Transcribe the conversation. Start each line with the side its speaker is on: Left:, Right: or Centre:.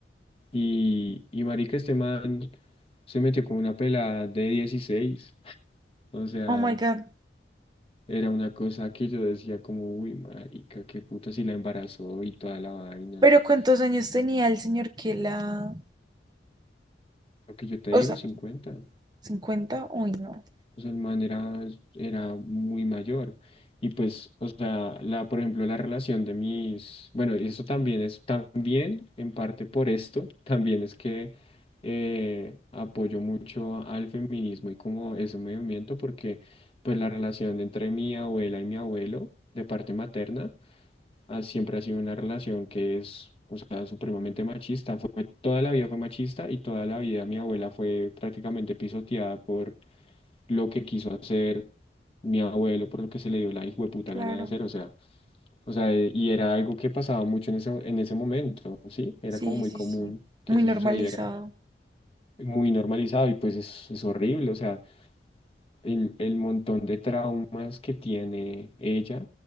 Left: Y, y marica, este man se metió con una pelada de dieciséis O sea,
Right: Oh my God.
Left: era una cosa que yo decía como, uy, marica, qué puta si la embarazó y toda la vaina.
Right: Pero ¿cuántos años
Left: Mm,
Right: tenía el señor que la...
Left: Lo que yo te digo,
Right: O sea,
Left: cincuenta
Right: 50, Uy, no.
Left: O sea, el man era, era muy mayor. Y pues, o sea, la, por ejemplo, la relación de mis, bueno, y eso también es, también en parte por esto, <laughs> también es que eh, apoyo mucho al feminismo y como ese movimiento, porque pues la relación entre mi abuela y mi abuelo, de parte materna, ha- siempre ha sido una relación que es, o sea, supremamente machista. Fue, toda la vida fue machista y toda la vida mi abuela fue prácticamente pisoteada por lo que quiso hacer mi abuelo, por lo que se le dio la hijueputa
Right: Claro.
Left: gana de hacer, o sea, o sea, eh, y era algo que pasaba mucho en ese, en ese momento, ¿sí? Era
Right: Sí,
Left: como muy
Right: sí,
Left: común
Right: sí.
Left: que
Right: Muy
Left: eso
Right: normalizado.
Left: sucediera, muy normalizado, y pues es, es horrible, o sea, el, el montón de traumas que tiene ella